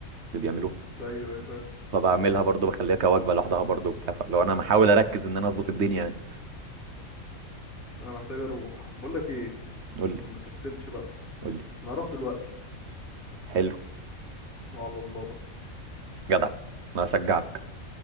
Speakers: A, on the right (about 60°); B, on the left (about 85°).
A: اللي بيعملوها
B: ايوه ايوه فاهم.
A: فبعملها برضو بخليها كوجبه لوحدها برضو وبتاع فلو انا محاول اركز ان انا اظبط الدنيا يعني
B: انا محتاج اروح بقول لك ايه
A: قول
B: عشان
A: لي
B: ما كسلش بقى
A: قول لي
B: انا هروح دلوقتي
A: حلو
B: وعلى الله بقى
A: جدع انا اشجعك